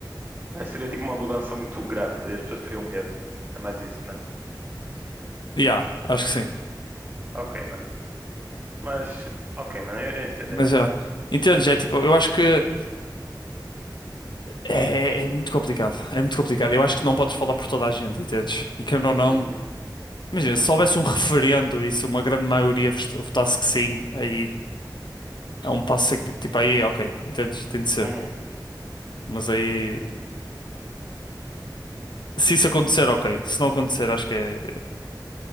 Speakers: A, on the right; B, on the left.
A: Acho que seria tipo uma mudança muito grande e as pessoas teriam medo. É mais isso, né?
B: Yeah, acho que sim.
A: Ok, mano. Mas, ok, mano, eu eu entendo,
B: Mas
A: eu entendo.
B: já. Entendes? É tipo, eu acho que é, é é muito complicado. É muito complicado. Eu acho
A: Uhum,
B: que não podes falar por toda a gente, entendes? E querendo ou não.
A: uhum,
B: Imagina, se houvesse um referendo e se uma grande maioria vest- votasse que sim, aí é um passo em que, tipo, aí, ok, entendes? Tem de ser.
A: uhum.
B: Mas aí, se isso acontecer, ok. Se não acontecer, acho que é,